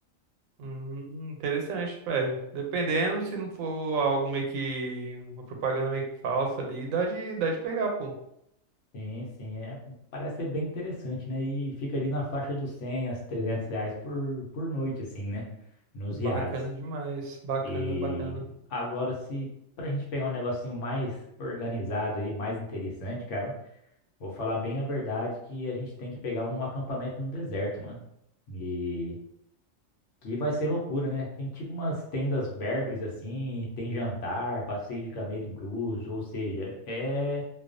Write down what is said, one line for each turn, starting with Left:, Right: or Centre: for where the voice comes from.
Right: Hum, interessante, velho. Dependendo se não for algo meio que uma propaganda meio que falsa ali, dá de dá de pegar, pô.
Left: Sim, sim, é, parece ser bem interessante, né? E fica ali na faixa dos 100 a 300 reais por, por noite, assim, né? Nos
Right: Bacana
Left: riades.
Right: demais, bacana,
Left: E
Right: bacana.
Left: agora, se pra gente pegar um negocinho mais organizado aí, mais interessante, cara, vou falar bem a verdade que a gente tem que pegar um acampamento no deserto, mano. E que vai ser loucura, né? Tem tipo umas tendas berbers, assim, tem jantar, passeio de camelo incluso, ou seja, é